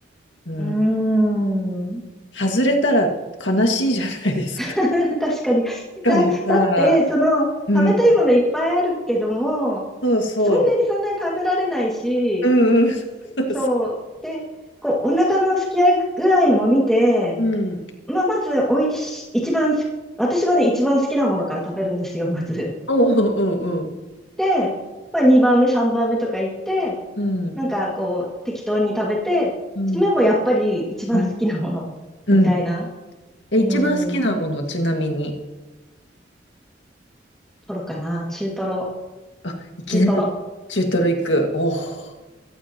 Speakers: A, on the left; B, in the centre.
A: うん。
B: うーん。
A: 外れたら悲しいじゃないですか。
B: <laughs>
A: し
B: 確かに。
A: かもさ、
B: だ、だって、その、
A: うん。
B: 食べたいものいっぱいあるけども、
A: そうそ
B: そんなにそんなに食べられないし、
A: う。うんうん。そうそう。
B: そう。で、こう、お腹のすき合い具合も見て、
A: うん。
B: まあ、まず、おいし、一番す、私はね、一番好きなものから食べるんですよ、<laughs> まず。
A: おうおうおう。
B: で、まあ、2番目、3番目とか行って、
A: うん。
B: なんか、こう、適当に食べて、
A: うん。
B: 締めもやっぱり一番好きなもの、
A: うん。うん。
B: みたいな。
A: え、
B: うーん、
A: 一番好きなもの、ちなみに。
B: トロかな、中トロ、
A: あ、いきなり
B: 中トロ。
A: 中トロ行く。おお。